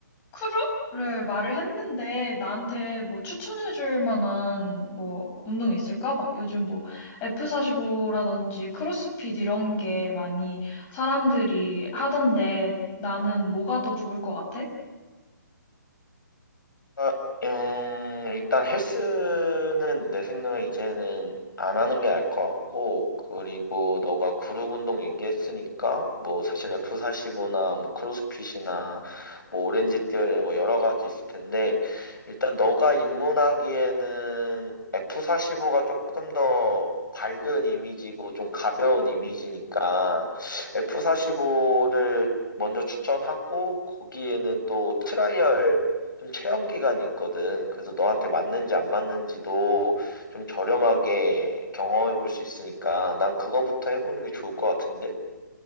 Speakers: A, on the left (about 20°); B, on the left (about 85°).
A: 크루를 말을 했는데 나한테 뭐 추천해 줄 만한 뭐 운동 있을까? 막 요즘 뭐 F45라든지 크로스핏 이런 게 많이 사람들이 하던데 나는 뭐가 더 좋을 것 같아?
B: 아, 음, 일단 헬스는 내 생각에 이제는 안 하는 게 나을 것 같고, 그리고 너가 그룹 운동 얘기했으니까, 뭐 사실 F45나 뭐 크로스핏이나 뭐 오렌지 띠어리 뭐 여러 가지 있을 텐데, 일단 너가 입문하기에는 F45가 조금 더 밝은 이미지고 좀 가벼운 이미지니까, F45를 먼저 추천하고, 거기에는 또 트라이얼 좀 체험 기간이 있거든. 그래서 너한테 맞는지 안 맞는지도 좀 저렴하게 경험해 볼 수 있으니까 난 그거부터 해보는 게 좋을 것 같은데?